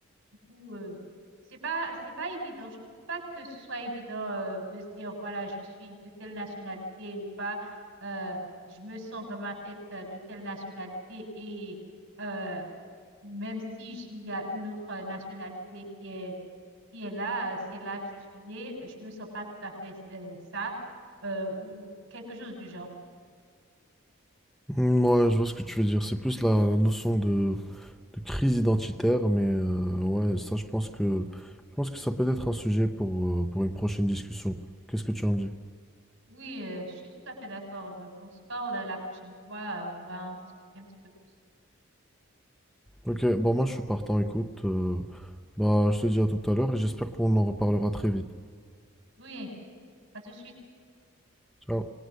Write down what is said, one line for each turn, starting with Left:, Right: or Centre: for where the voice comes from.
Right: du coup, euh, c'est pas, c'est pas évident. Je trouve pas que ce soit évident euh, de se dire, voilà, je suis de telle nationalité ou pas. Euh, je me sens dans ma tête euh, de telle nationalité et euh, même si j- il y a une autre euh, nationalité qui est, qui est là, euh, c'est là que je suis née, je me sens pas tout à fait euh, ça euh, ou quelque chose du genre.
Centre: Hmm, Ouais, je vois ce que tu veux dire. C'est plus la, la notion de, de crise identitaire, mais euh, ouais, ça, je pense que je pense que ça peut être un sujet pour, euh, pour une prochaine discussion. Qu'est-ce que tu en dis?
Right: Oui, euh, je suis tout à fait d'accord. Donc, on se parle euh, la prochaine fois. euh, on va en discuter un petit peu plus.
Centre: Ok, bah moi je suis partant, écoute. euh, bah je te dis à tout à l'heure et j'espère qu'on en reparlera très vite.
Right: Oui, à tout de suite.
Centre: Ciao.